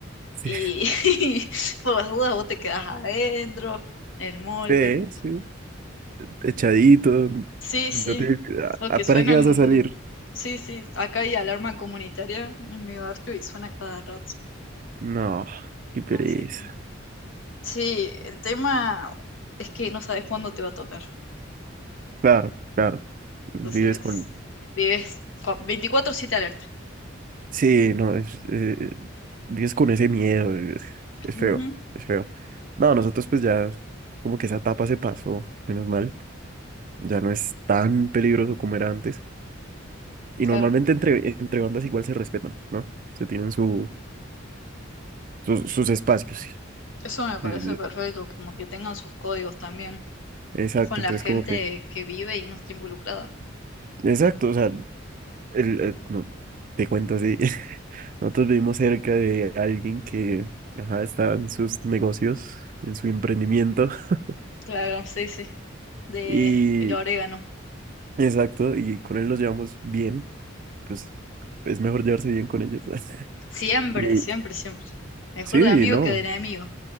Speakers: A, on the right (about 45°); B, on the left (about 70°).
A: sí,
B: Y, <laughs> por las dudas vos te quedás adentro, en el molde.
A: sí, sí. Echadito.
B: Sí,
A: no
B: sí.
A: te-
B: O
A: ¿a-
B: que
A: ¿Para
B: suenan.
A: qué vas a salir?
B: Sí, sí. Acá hay alarma comunitaria en mi barrio y suena cada rato.
A: No, qué pereza.
B: Así que. Sí, el tema es que no sabes cuándo te va a tocar.
A: Claro, claro. Vives
B: Entonces,
A: con...
B: vives con 24/7 alerta.
A: Sí, no, es, eh, eh, vives con ese miedo, es, es feo,
B: Ujú,
A: es feo. No, nosotros pues ya, como que esa etapa se pasó, menos mal. Ya no es tan peligroso como era antes. Y
B: claro.
A: normalmente entre, entre bandas igual se respetan, ¿no? Se tienen su, sus sus espacios.
B: Eso me parece
A: Eh,
B: perfecto, como que tengan sus códigos también
A: Exacto,
B: con la
A: entonces
B: gente
A: como que...
B: que vive y no está involucrada.
A: Exacto, o sea, el- el- no, te cuento así. <laughs> Nosotros vivimos cerca de alguien que ajá, está en sus negocios, en su emprendimiento. <laughs>
B: Claro, sí, sí. De
A: Y
B: el orégano.
A: exacto, y con él nos llevamos bien. Pues es mejor llevarse bien con ellos. <laughs>
B: Siempre,
A: Y
B: siempre, siempre. Mejor
A: sí,
B: de amigo
A: no,
B: que de enemigo.